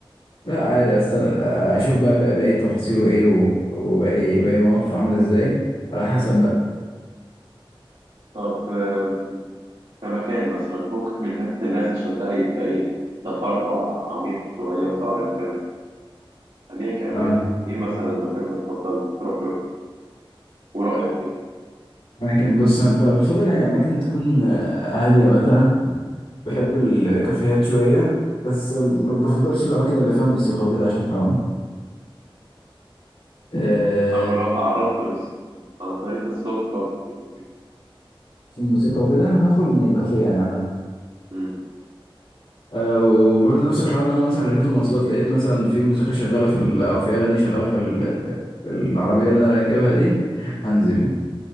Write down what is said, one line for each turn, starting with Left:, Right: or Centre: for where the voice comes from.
Left: لا عادي أست... اشوف بقى بقى- باقي تفاصيله ايه و- وباقي باقي مواقفه عاملة ازاي على حسب بقى
Right: طب آم، كمكان مثلا فكك من حتة الناس عشان ده هيبقى إيه تفرع عميق شوية وصعب نتكلم خلينا كأماكن
Left: اه
Right: إيه مثلا المكان بتفضل تروح له ورأيك فيه
Left: الاماكن بص أنا ب- بفضل يعني اماكن تكون هادية مثلا بحب الكافيهات شوية بس ما بفضلش الأماكن اللي فيها موسيقى وكده عشان حرام آه
Right: طب ولو تعرضت بس عن طريق الصدفة للموسيقى
Left: في الموسيقى وكده هخرج من الكافيه يعني عامة
Right: مم.
Left: آه وبرضه نفس الحوار اللي أنا مثلا ركبت مواصلات لقيت مثلا في موسيقى شغالة في ال... أو في أغاني شغالة في ال... في في العربية اللي أنا راكبها دي هنزل